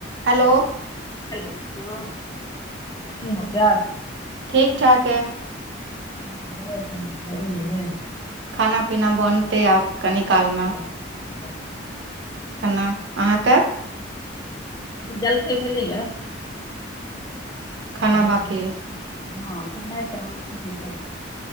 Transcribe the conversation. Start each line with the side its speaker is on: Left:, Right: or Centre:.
Right: Hello
Left: hello हँ, की हाल-चाल?
Right: ठीक ठाक ऐहि।
Left: ै गेलबै <inaudible>
Right: खाना-पीना बनतेै आब कनि कालमे
Left: ह <inaudible>
Right: खना अहाँके?
Left: जलखै भेलैए
Right: खाना
Left: ब
Right: बाकी य
Left: <inaudible> हँ सुना तऽ सब